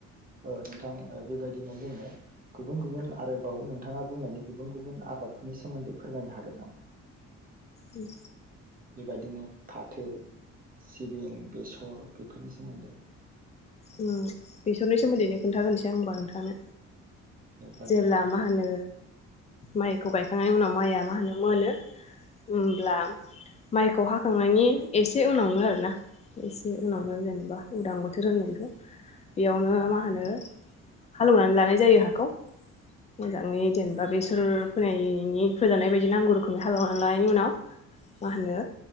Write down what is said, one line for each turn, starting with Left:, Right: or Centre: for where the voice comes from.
Right: ओ नोंथां बेबायदिनो जोङो गुबुन गुबुन आरोबाव नोंथाङा बुंनायनि गुबुन गुबुन आबादफोरनि सोमोन्दै फोरमायनो हागोन नामा।
Left: उम
Right: बेबादिनो फाथो सिबिं बेसर बेफोरनि सोमोन्दै।
Left: उम बेसरनि सोमोन्दैनो खोनन्थागोनसै आं होनबा नोंथांनो।
Right: जागोन
Left: जेब्ला
Right: नोंथां
Left: मा होनो माइखौ गायखांनायनि उनाव माइआ मा होनो मोनो। होमब्ला माइखौ हाखांनायनि एसे उनावनो आरोना एसे उनावनो
Right: औ
Left: जेनेबा उदां बोथोर होननो बेयावनो मा होनो हालौनानै लानाय जायो हाखौ मोजाङै जेनबा बेसर फोनायनि फोजानाय बायदि नांगौ रोखोमै हाल एवनख लानायनि उनाव मा होनो